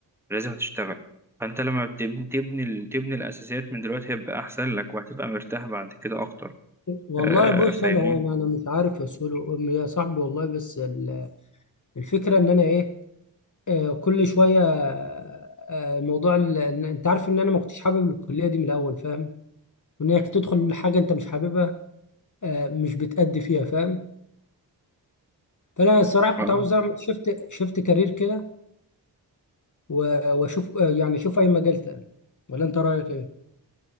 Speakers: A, in the centre; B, on the left.
A: لازم تشتغل فانت لما بتب- تبني ال- تبني الاساسيات من دلوقتي هيبقى احسن لك وهتبقى مرتاح بعد كده اكتر
B: والله
A: آه
B: بص
A: فاهمني
B: انا انا أنا مش عارف يا سولو أم- يا صاحبي والله بس ال- الفكره ان انا ايه آه، كل شويه آه، موضوع ال... إن- انت عارف ان انا ما كنتش حابب الكليه دي من الاول فاهم وانك تدخل حاجه انت مش حاببها آه، مش بتأدي فيها فاهم فانا الصراحه
A: آه.
B: كنت عاوز اعمل شفت شفت كارير كده و- واشوف آه، يعني اشوف اي مجال تاني ولا انت رايك ايه